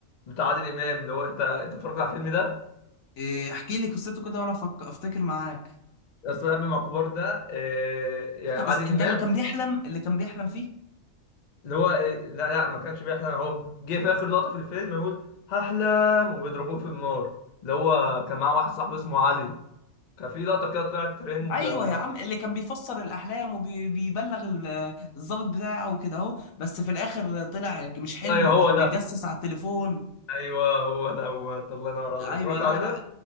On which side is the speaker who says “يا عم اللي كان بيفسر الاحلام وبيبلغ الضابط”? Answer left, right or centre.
Left